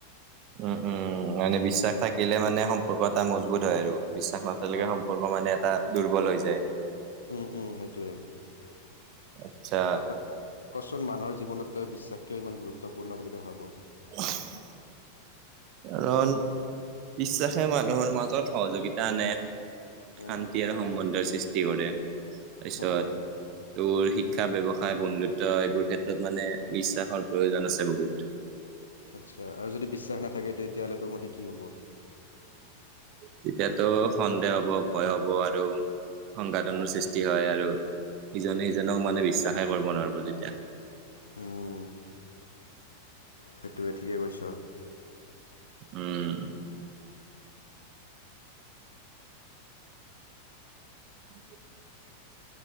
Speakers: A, on the right; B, on the left.
A: উম উম উ মানে বিশ্বাস থাকিলে মানে সম্পৰ্ক এটা মজবুত হয় আৰু। বিশ্বাস নাথাকিলে
B: হয়
A: সম্পৰ্ক মানে এটা দুৰ্বল হৈ যায়।
B: উম উম সেইটোৱে
A: আচ্ছা
B: আৰু তই কচোন মানুহৰ জীৱনত তই বিশ্বাস কিয় ইমান গুৰুত্বপূৰ্ণ বুলি তই ভাব।
A: <inaudible> কাৰণ বিশ্বাসে মানুহৰ মাজত সহযোগিতা আনে। শান্তি
B: উম
A: আৰু সম্বন্ধৰ সৃষ্টি কৰে তাৰপিছত
B: হুম হুম
A: তোৰ শিক্ষা ব্যৱসায় বন্ধুত্ব এইবোৰ ক্ষেত্ৰত মানে বিশ্বাসৰ প্ৰয়োজন আছে বহুত। <inaudible>
B: আচ্ছা আৰু যদি বিশ্বাস নাথাকে তেতিয়াহ'লে তোৰ মতে কি হ'ব?
A: তেতিয়াতো সন্দেহ হ'ব ভয় হ'ব আৰু সংঘাতনৰ সৃষ্টি হয় আৰু ইজনে সিজনক মানে বিশ্বাসে কৰিব নোৱাৰিব তেতিয়া।
B: হম সেইটোৱে ঠিকে কৈছ।
A: উম। <unintelligible>